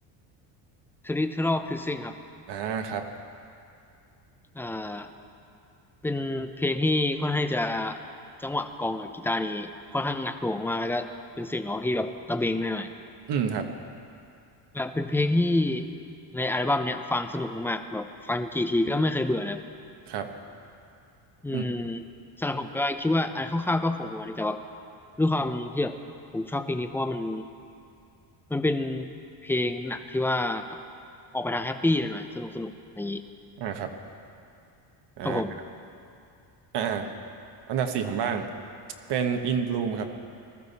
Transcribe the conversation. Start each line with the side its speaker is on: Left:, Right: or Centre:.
Centre: Territorial Pulsing ครับ
Right: อ่าครับ
Centre: อ่าเป็นเพลงที่ค่อนข้างจะจังหวะกลองกับกีตาร์นี้ค่อนข้างหนักหน่วงมากแล้วก็เป็นเสียงร้องที่แบบตะเบงหน่อย
Right: อืมครับ
Centre: ๆแบบเป็นเพลงที่ในอัลบั้มเนี้ยฟังสนุกมากๆแบบฟังกี่ทีก็ไม่เคยเบื่อเลย
Right: ครับ
Centre: อืม
Right: อืม
Centre: สำหรับผมก็คิดว่าอันคร่าวๆก็คงประมาณนี้แต่ว่าด้วยความที่แบบผมชอบเพลงนี้เพราะว่ามันมันเป็นเพลงหนักที่ว่าออกไปทางแฮปปี้หน่อยๆสนุกสนุกอย่างนี้
Right: อ่าครับอ่า
Centre: ครับผม
Right: อ่าอาอันดับสี่ผมบ้างเป็น In Bloom ครับ